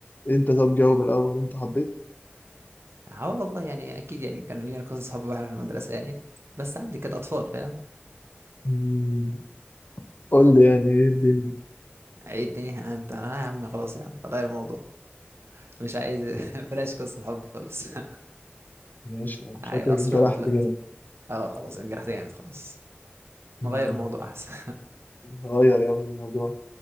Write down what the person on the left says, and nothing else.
انت طب جاوب الاول انت حبيت
مم. قول لي يعني ايه الدنيا
ماشي يعني شكلك
اتجرحت
جامد
مم.
غير يا عم الموضوع